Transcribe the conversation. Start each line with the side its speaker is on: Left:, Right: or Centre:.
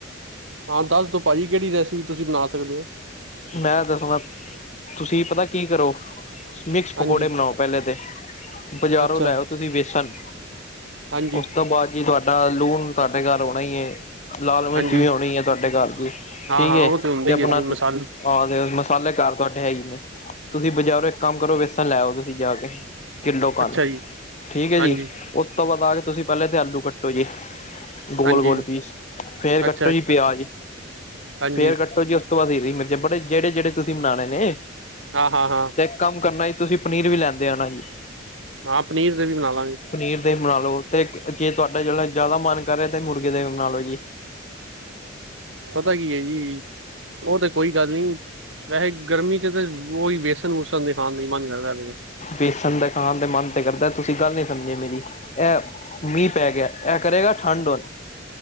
Right: ਹਾਂ ਦੱਸ ਦੋ ਭਾਜੀ ਕੇੜੀ ਰੈਸਪੀ ਤੁਸੀਂ ਬਣਾ ਸਕਦੇ ਓ।
Left: ਮੈਂ ਦੱਸਣਾ ਤੁਸੀਂ ਪਤਾ ਕੀ ਕਰੋ, ਮਿਕਸ
Right: ਹਾਂਜੀ
Left: ਪਕੌੜੇ ਬਣਾਓ ਪੈਲੇ ਤੇ। ਬਾਜ਼ਾਰੋਂ
Right: ਅੱਛਾ
Left: ਲੈ ਆਓ ਤੁਸੀਂ ਵੇਸਣ,
Right: ਹਾਂਜੀ
Left: ਉਸ ਤੋਂ ਬਾਅਦ ਕੀ ਤੁਹਾਡਾ ਲੂਣ ਤਾਡੇ ਘਰ ਹੋਣਾ ਈ ਏ ਲਾਲ ਮਿਰਚ
Right: ਹਾਂਜੀ
Left: ਵੀ ਹੋਣੀ ਏ ਤਾਡੇ ਘਾਰ ਚ
Right: ਹਾਂ
Left: ਠੀਕ
Right: ਹਾਂ ਉਹ
Left: ਏ
Right: ਹੁੰਦਾ
Left: ਤੇ
Right: ਹੀ
Left: ਆਪਣਾ
Right: ਹੈ ਜੀ ਮਸਾਲੇ
Left: ਆਗੇ ਮਸਾਲੇ ਘਰ ਤੁਆਡੇ ਹੈ ਈ ਨੇ, ਤੁਸੀਂ ਬਜ਼ਾਰੋਂ ਇੱਕ ਕੰਮ ਕਰੋ ਵੇਸਣ ਲੈ ਆਓ, ਤੁਸੀਂ ਜਾ ਕੇ। ਕਿੱਲੋ
Right: ਅੱਛਾ
Left: ਆਲੂ,
Right: ਜੀ
Left: ਠੀਕ ਏ
Right: ਹਾਂਜੀ
Left: ਜੀ, ਉਸ ਤੋਂ ਬਾਅਦ ਆ ਕੇ ਤੁਸੀਂ ਪੈਲੇ ਤੇ ਆਲੂ ਕੱਟੋ ਜੀ। ਗੋਲ
Right: ਹਾਂਜੀ
Left: ਗੋਲ ਪੀਸ, ਫੇਰ ਕੱਟੋ
Right: ਅੱਛਾ ਅੱਛਾ
Left: ਜੀ ਪਿਆਜ,
Right: ਹਾਂਜੀ
Left: ਫੇਰ ਕੱਟੋ ਜੀ ਉਸ ਤੋਂ ਬਾਅਦ ਹੀਰੀ ਮਿਰ- ਜ ਬੜੇ ਜੇੜੇ, ਜੇੜੇ ਤੁਸੀਂ ਬਣਾਣੇ ਨੇ।
Right: ਹਾਂ- ਹਾਂ- ਹਾਂ।
Left: ਇਕ ਕੰਮ ਕਰਨਾ ਜੀ, ਤੁਸੀਂ ਪਨੀਰ ਵੀ ਲੈਂਦੇ ਆਣਾ ਜੀ।
Right: ਹਾਂ ਪਨੀਰ ਤੇ ਵੀ ਬਣਾ ਲਾਂਗੇ।
Left: ਪਨੀਰ ਦੇ ਵੀ ਬਣਾ ਲੋ, ਤੇ ਜੇ ਤੁਹਾਡਾ ਜਿਹੜਾ ਜ਼ਿਆਦਾ ਮਨ ਕਰ ਰਿਹਾ ਤੇ ਮੁਰਗੇ ਦੇ ਵੀ ਬਣਾ ਲੋ ਜੀ।
Right: ਪਤਾ ਕੀ ਹੈ ਜੀ, ਉਹ ਤਾਂ ਕੋਈ ਗੱਲ ਨੀ, ਵੈਸੇ ਗਰਮੀ 'ਚ ਤਾਂ ਉਹੀ ਵੇਸ ਸ ਦੇ ਖਾਨ ਦੇ ਮਨ ਕਰਦਾ। <unintelligible>
Left: ਵੇਸਣ ਦਾ ਖਾਣ ਦੇ ਮਨ ਤੇ ਕਰਦਾ, ਤੁਸੀਂ ਗੱਲ ਨੀ ਸਮਝੇ ਮੇਰੀ, ਇਹ ਮੀਂਹ ਪੈ ਗਿਆ ਇਹ ਕਰੇਗਾ ਠੰਡ ਹੁਣ